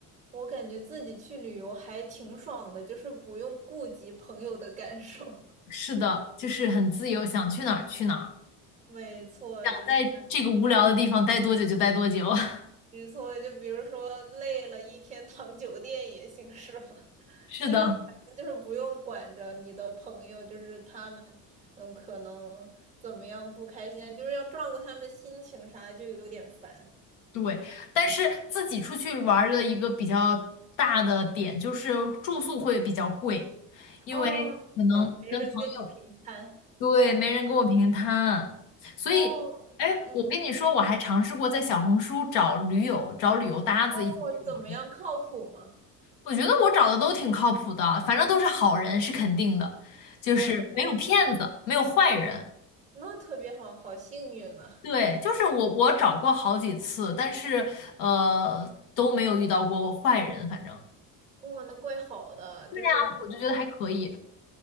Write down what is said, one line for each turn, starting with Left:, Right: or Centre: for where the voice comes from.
Right: 我感觉自己去旅游还挺爽的，就是不用顾及朋友的感受。<laughs>
Left: 是的，就是很自由，想去哪儿去哪儿，
Right: 没错，
Left: 想在这个无聊的地方待多久就待多久。
Right: 就是
Left: <laughs>
Right: 没错。就比如说累了一天躺酒店也行，是吗？<laughs>
Left: 是的。
Right: 就是就是不用管着你的朋友，就是他们，嗯，可能怎么样不开心啊，就是要照顾他们的心情啥，就有点烦。
Left: 对，但是自己出去玩儿的一个比较大的点就是住宿会比较贵，因为可能跟朋友，
Right: 哦，是的，没人跟你平摊
Left: 对，没人跟我平摊，所以，
Right: 哦，
Left: 哎，
Right: 嗯，
Left: 我跟你说，我还尝试过在小红书找驴友，找旅游搭子一起去玩儿
Right: 哦，怎么样，靠谱吗？
Left: 我觉得我找的都挺靠谱的，反正都是好人是肯定的，就是没有骗子，
Right: 哇塞，
Left: 没有坏人。
Right: 那特别好，好幸运啊！
Left: 对，就是我，我找过好几次，但是呃都没有遇到过坏人，反正。
Right: 哇，那怪好的，
Left: 对呀，
Right: 就是找
Left: 我就觉得还可以。